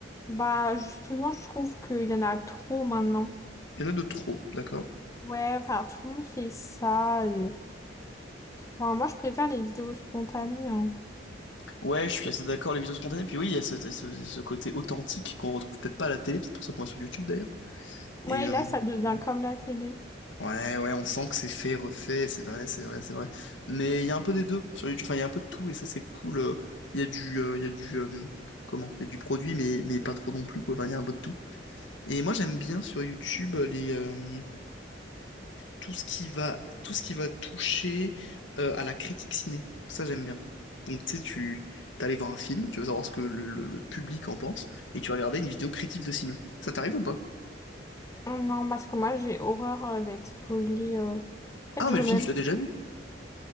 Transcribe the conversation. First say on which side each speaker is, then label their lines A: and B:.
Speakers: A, on the left; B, on the left.
A: bah, justement, je trouve qu'il y en a trop maintenant.
B: Il y en a de trop, d'accord?
A: Ouais, enfin, tout le monde fait ça. et- Enfin, moi, je préfère les vidéos spontanées. hein.
B: Ouais, je suis assez d'accord, les vidéos spontanées. Puis oui, il y a ce, ce- ce côté authentique qu'on retrouve peut-être pas à la télé, peut-être pour ça qu'on va sur YouTube d'ailleurs.
A: Ouais,
B: Et euh,
A: et là, ça devient comme la télé.
B: ouais, ouais, on sent que c'est fait, refait, c'est vrai, c'est vrai, c'est vrai. Mais il y a un peu des deux sur YouTube, enfin, il y a un peu de tout et ça, c'est cool. Euh, Il y a du, euh, il y a du, euh, comment? Il y a du produit, mais, mais pas trop non plus, quoi. Enfin, il y a un peu de tout. Et moi, j'aime bien sur YouTube euh, les, euh, tout ce qui va, tout ce qui va toucher euh, à la critique ciné. Ça, j'aime bien. Donc, tu sais, tu t'allais voir un film, tu veux savoir ce que le, le- le public en pense, et tu regardais une vidéo critique de ciné. Ça t'arrive ou pas?
A: Non, parce que moi j'ai horreur euh, d'être spoilée. euh. En fait,
B: Ah non,
A: je
B: mais
A: veux
B: le film,
A: même.
B: tu l'as déjà vu.